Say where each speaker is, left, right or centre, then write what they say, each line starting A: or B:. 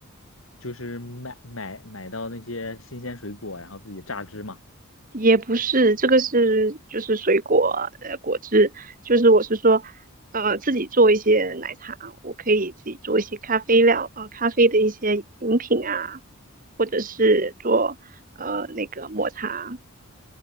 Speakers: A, on the left; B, on the right.
A: 就是买买买到那些新鲜水果，然后自己榨汁嘛？
B: 也不是这个是就是水果呃果汁，就是我是说呃自己做一些奶茶，我可以自己做一些咖啡料啊、呃咖啡的一些饮品啊。或者是做呃那个抹茶，